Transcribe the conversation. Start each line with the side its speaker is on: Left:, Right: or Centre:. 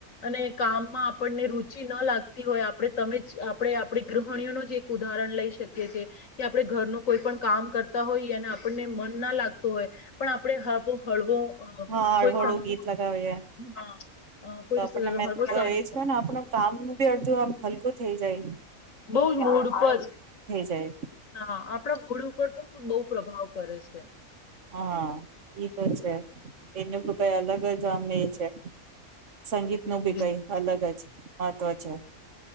Left: અને કામમાં આપણને રુચિ ના લાગતી હોય આપણે તમે જ આપણે આપણી ગૃહણીઓનું જ એક ઉદાહરણ લઈ શકીએ છીએ, કે આપણે ઘરનું કોઈ પણ કામ કરતા હોઈએ અને આપણને મન ના લાગતું હોય પણ આપડે હવો હળવો અ,
Right: હા
Left: કોઈ
Right: હળું
Left: સંગીત
Right: હળું ગીત લગાવીએ,
Left: હા અ, કોઈ
Right: તો આપણને
Left: સ-
Right: મે
Left: હળવો
Right: તો
Left: સંગ
Right: એજ ને આપણ કામ બી અડધું હલકું થઈ જાય. હમ
Left: બઉ જ મૂડ ઉપર,
Right: જાય
Left: હા આપણા મૂડ ઉપર પણ બઉ પ્રભાવ કરે છે.
Right: હા ઠીક જ છે. એનું બી કઈ
Left: હા
Right: અલગ જ આમ એ છે. સંગીત નું બી
Left: બિલ-
Right: કઈ અલગ જ મહત્વ છે.